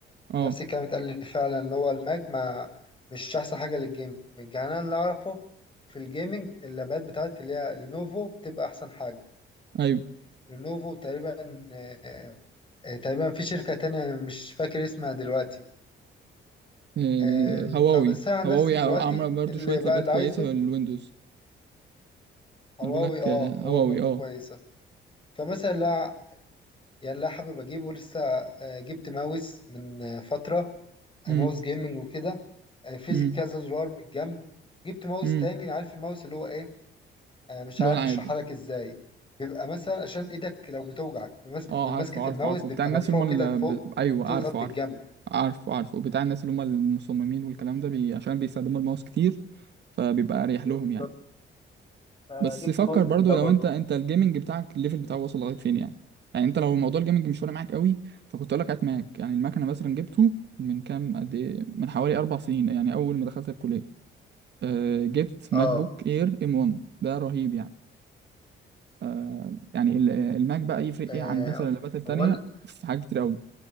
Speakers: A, on the right (about 60°); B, on the left (about 25°).
A: اه
B: نفس الكلام اتقال لي فعلا اللي هو الماك ما مش احسن حاجه للجيمنج يعني انا اللي اعرفه في الجيمنج اللابات بتاعت اللي هي لينوفو بتبقى احسن حاجه
A: أيوه.
B: لينوفو تقريبا آه، تقريبا في شركة تانية مش فاكر اسمها دلوقتي
A: آه،
B: آم،
A: هواوي
B: فبس أنا عن
A: هواوي
B: نفسي دلوقتي
A: عامله برضو
B: اللي
A: شويه
B: بقى
A: لابات
B: اللي
A: كويسه
B: عايزه
A: للويندوز
B: هواوي
A: انا بقول لك
B: اه
A: آه، هواوي
B: هواوي برضو
A: اه
B: كويسة فمثلا لا يعني لا حابب أجيبه لسه آه، جبت ماوس من آه، فترة
A: امم
B: آه، ماوس جيمنج وكده آه، في
A: امم
B: كذا زرار من الجنب جبت ماوس
A: امم
B: تاني عارف الماوس اللي هو ايه آه، مش
A: اللي
B: عارف
A: هو العادي
B: اشرحها لك ازاي بيبقى مثلا عشان ايدك لو بتوجعك بمسك-
A: اه
B: من
A: عارفه
B: مسكة
A: عارفه
B: الماوس
A: عارفه
B: بيبقى
A: بتاع الناس
B: مرفوع
A: اللي هم
B: كده
A: ال-
B: لفوق
A: ب... ايوه
B: وبتضغط
A: عارفه
B: بالجنب
A: عارفه عارفه عارفه بتاع الناس اللي هم المصممين والكلام ده بي... عشان بيستخدموا الماوس كتير فبيبقى اريح
B: ايوه
A: لهم
B: بالظبط
A: يعني
B: فجبت
A: بس فكر
B: ماوس
A: برضو
B: من ده
A: لو
B: برضه
A: انت انت الجيمنج بتاعك الليفل بتاعه وصل لغايه فين يعني يعني انت لو موضوع الجيمنج مش فارق معاك قوي فكنت اقول لك هات ماك يعني المكنه مثلا جبته من كام قد ايه من حوالي اربع سنين يعني اول ما دخلت الكليه آه، جبت ماك
B: اه
A: بوك اير ام 1 ده رهيب يعني آه، يعني ال- آه، الماك بقى يفرق
B: آه،
A: ايه عن بس اللابات التانية
B: هو انا
A: في حاجات كتير قوي